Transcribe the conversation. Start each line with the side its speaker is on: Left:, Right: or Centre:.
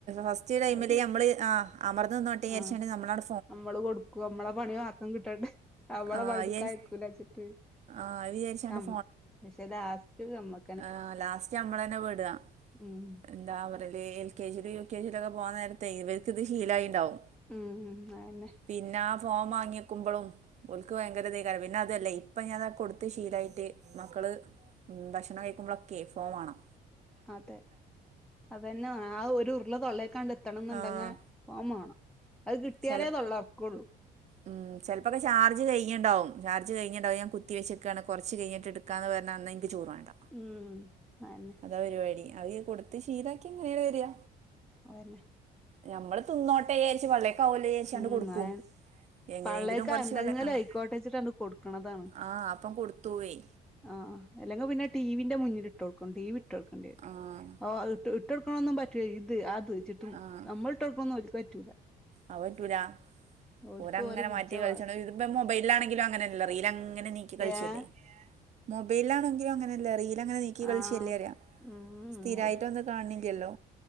Right: ഫസ്റ്റ് ടൈമില്
Centre: അത്
Right: ഞമ്മള് ആഹ് അമർന്ന് ന്നി- തെ
Centre: ആഹ്
Right: ര്ച്ചാണ്ട് നമ്മളാണ്ട്
Centre: നമ്മള് കൊടുക്കോ നമ്മളെ പണി ആർക്കും കിട്ടണ്ടെ നമ്മളെ
Right: ആ
Centre: പണി
Right: അത്
Centre: ഇട്ക്കാ
Right: വിചാരിച്ച്
Centre: യ്ക്കൂല ച്ചിട്ട്
Right: ആ അത് വിചാരിച്ചാണ്ട്
Centre: നമ്മ പക്ഷെ ലാസ്റ്റ് നമ്മ
Right: ആഹ് ലാസ്റ്റ് ഞമ്മള് തന്നെ പെടാ
Centre: ഉം
Right: എന്താ പറ എൽ കെ ജി ലും യു കെ ജി ലൊക്കെ പോണ നേരത്തെ ഇവർക്ക് ഇത് ശീലായിണ്ടാവും.
Centre: ഉം ഉം അയനെ.
Right: പിന്നെ ആ ഫോം വാങ്ങിക്ക്മ്പളും ഓൽക്ക് ഭയങ്കര ഇതേക്കാരം പിന്നെ അതല്ലെ ഇപ്പൊ ഞാൻ കൊട്ത്ത് ശീലായിട്ട് മക്കള് ഉം ഭക്ഷ ക്ഷണം കഴിക്കുമ്പോളോക്കെ ഫോൺ വാണം.
Centre: അതെ അതന്നെ ആ ഒര് ഉരുളാ തൊള്ളേക്കാണ്ട് എത്തണം എന്ന് ഇണ്ടങ്കി
Right: ആഹ്
Centre: ഫേൺ മാണം. അത് കിട്ടിയാലേ
Right: ചെല
Centre: തൊള്ള തൊർക്കള്ളു.
Right: ഉം ചെലപ്പൊക്കെ ചാർജ് കയ്ഞ്ണ്ടാവും ചാർജ് കയ്ഞ്ണ്ടാവും ഞാൻകുത്തി വെച്ച്ക്കാണ് കൊറച്ച് കയ്ഞ്ഞട്ട് എട് നിക്കാന്ന് പറഞ്ഞന്ന് എനിക്ക് ചോറ് വേണ്ട
Centre: ഉം അതന്നെ
Right: അതാ പരിപാടി, അത് കൊടുത്ത് ശീലക്കിയാ അങ്ങനന്നെ വരിക
Centre: അതന്നെ
Right: നമ്മള് തിന്നോട്ടെ വിചാരിച്ച് പള്ളേകാവോലേ വിചാരിച്ച്
Centre: ഉം
Right: കൊടുക്കും
Centre: അ
Right: എങ്ങനെയെങ്കിലും
Centre: പള്ളേക്ക്
Right: കുറച്ച്
Centre: എന്തെങ്കിലും
Right: വെള്ള ആഹ്
Centre: ആയിക്കോട്ടെന്ന് വെച്ചിട്ട് കൊടുക്കണതാണ്
Right: ആഹ് അപ്പം കൊടുത്തു പോയി
Centre: ആഹ് ആഹ് അല്ലെങ്കിൽ പിന്നെ ടി വിന്റെ മുന്നിൽ ഇട്ട് കൊടുക്കും ടി വി ഇട്ടൊടുക്കേണ്ടി വരും
Right: ആഹ്
Centre: ഓഹ് ഇട്ട് ഇട്ടൊടുക്കണൊന്നും പറ്റൂല, ഇത് അത്ച്ചിട്ടും
Right: ആഹ്
Centre: നമ്മളിട്ടെടുക്കണതോന്നും ഓര്ക്ക് പറ്റൂല.
Right: അത് പറ്റൂല
Centre: ഓൽക്ക്
Right: ഓര് അങ്ങന
Centre: ഓലെ പുടിച്ച
Right: മാറ്റി കളിച്ചോണ്ട്
Centre: വാസി
Right: ഇപ്പോ മൊബൈലിലാണെങ്കിലും അങ്ങനെ തന്നെയല്ലേ, റീൽ അങ്ങനെ നീക്കി കളിച്ചല്ലേ
Centre: ഏഹ്
Right: മൊബൈലിലാണെങ്കിലും അങ്ങനല്ലേ റീലങ്ങനെ നി ക്ക് ഈ കളി
Centre: ആഹ്
Right: <unintelligible>
Centre: ഉം
Right: സ്ഥിരായിട്ട് ഒന്നും കാണിന്നില്ലല്ലോ